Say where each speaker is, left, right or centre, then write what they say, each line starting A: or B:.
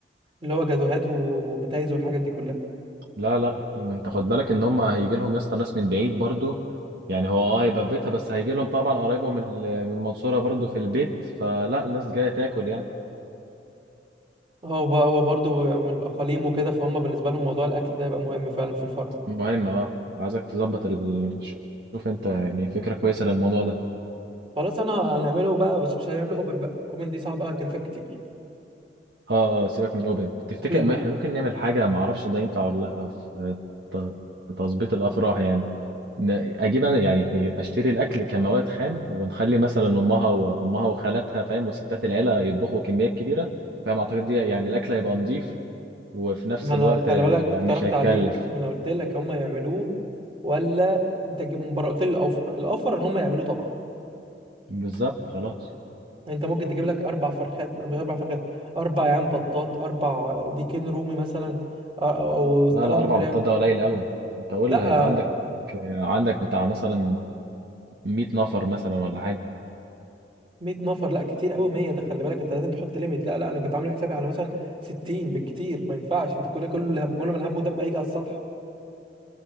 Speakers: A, on the right (about 30°); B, on the right (about 65°).
A: اللي هو جاتوهات وبتايز والحاجات دي كلها
B: لا لا انت خد بالك ان هم هيجي لهم يا اسطى ناس من بعيد برضو يعني هو اه هيبقى في بيتها بس هيجي لهم طبعا قرايبهم ال- من المنصوره برضو في البيت فلا الناس جايه تاكل يعني
A: هو بقى هو برضو من الاقاليم وكده فهم بالنسبه لهم موضوع الاكل ده يبقى مهم فعلا في الفرح
B: مهم اه عايزك تظبط ال... شوف انت يعني فكره كويسه للموضوع ده
A: خلاص انا هنعمله بقى بس مش هنعمله اوبن بقى اوبن دي صعبه هتكلفك كتير
B: اه اه، سيبك من اوبن تفتكر
A: كل
B: ما احنا ممكن نعمل حاجه ما اعرفش ده ينفع ولا لا في ت- في تظبيط الافراح يعني ن- اجيب انا يعني اشتري الاكل كمواد خام ونخلي مثلا امها وامها وخالاتها فاهم وستات العيله يطبخوا كميات كبيره فاهم اعتقد دي يعني الاكل هيبقى نظيف وفي نفس
A: ما انا
B: الوقت
A: خلي
B: آه،
A: بالك اقترحت
B: مش هيكلف
A: عليك ما انا قلت لك هم يعملوه ولا انت تجيبه من بره قلت لي الاوفر الاوفر ان هم يعملوه طبعا
B: بالظبط خلاص
A: يعني انت ممكن تجيب لك اربع فرخات مش اربع فرخات اربع عيان بطاط اربع ديكين رومي مثلا او او أو ثمان
B: لا لا اربع
A: فراخ
B: بطات ده قليل قوي انت قول
A: لا
B: هيبقى عندك آه، عندك بتاع مثلا 100 نفر مثلا ولا حاجه
A: 100 نفر لا كتير قوي 100 ده خلي بالك انت لازم تحط ليميت لا لا انا كنت عامل حسابي على مثلا 60 بالكتير ما ينفعش انت كل كل كل ما الهب ودب هيجي على السطح